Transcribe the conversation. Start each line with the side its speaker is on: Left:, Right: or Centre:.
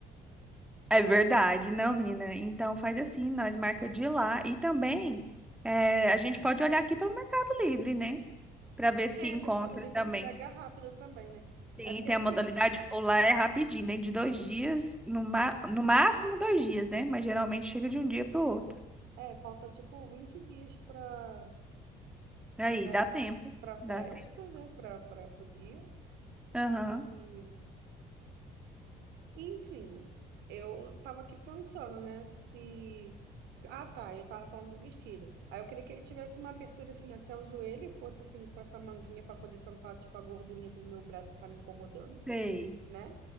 Centre: É verdade, não, menina. Então faz assim, nós marca de ir lá e também eh, a gente pode olhar aqui pelo Mercado Livre, né? para ver se
Right: É,
Centre: encontra
Right: Mercado Livre
Centre: também.
Right: entrega rápido também, né?
Centre: Sim,
Right: É porque
Centre: tem
Right: assim,
Centre: a modalidade full lá, é rapidinho, dentro de dois dias, no, ma no máximo dois dias, né? Mas geralmente chega de um dia para o outro.
Right: é, falta tipo 20 dias pra,
Centre: Aí,
Right: pra,
Centre: dá tempo.
Right: pra festa,
Centre: Dá tempo.
Right: né? Pra, pra, pro dia.
Centre: Aham,
Right: E Enfim, eu tava aqui pensando, né, se... se- Ah, tá, eu tava falando do vestido. Aí eu queria que ele tivesse uma abertura, assim, até o joelho, e fosse, assim, com essa manguinha pra poder tampar, tipo, a gordurinha do meu braço que tá me incomodando,
Centre: sei.
Right: né?